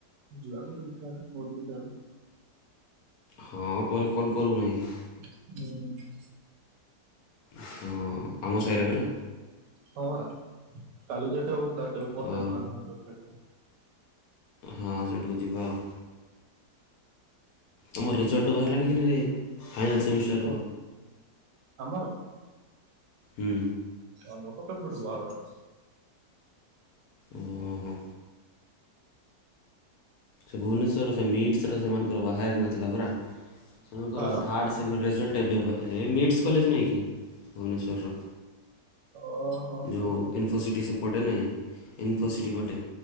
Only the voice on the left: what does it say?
ହଁ ପରେ କଲ୍ କରିବୁ ନାଇକି?
ହଁ ଆମ ସାହିରେ ପରା।
ହଉ ହଁ ସେଇଠିକୁ ଯିବା ଆଉ। ତମ ରେଜଲ୍ଟ ବାହାରିଲାଣି କିନିରେ ଫାଇନାଲ୍ ସେମିଷ୍ଟାରର?
ହୁଁ।
ଓହୋ। ସେ ଭୁବନେଶ୍ୱର ସେ ମିଟ୍ସର ସେମାନଙ୍କର ବାହାରି ନଥିଲା ପରା। ସେମାନଙ୍କର
ଥାର୍ଡ଼ ସେମ ରେଜଲ୍ଟ ଏବେ ରେ ମିଟସ୍ କଲେଜ ନାଇଁ କି ଭୁବନେଶ୍ୱରର?
ଯୋଉଁ
ଇନ୍ଫୋସିଟି ସେ ପଟେ ନାଇଁ ଇନ୍ଫୋସିଟି ପଟେ।